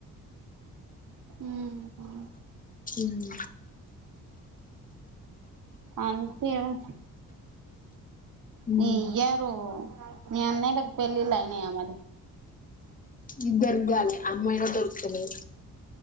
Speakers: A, on the right; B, on the left.
A: మ్ ఆ
B: మ్మ్
A: అవ్ ఏమో
B: హ్మ్
A: ఇయ్యారు మీ అన్నయ్యలకు పెళ్లిళ్ళ ఏమని
B: ఇద్దరికీ కాలేదు అమ్మాయి కూడా దొరుకుతలేదు